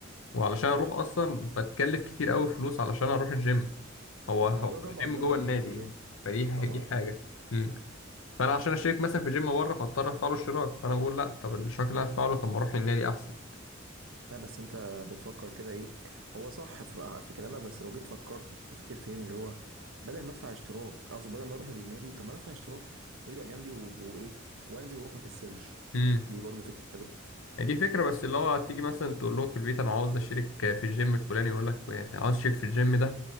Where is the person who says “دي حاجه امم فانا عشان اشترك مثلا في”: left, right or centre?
Left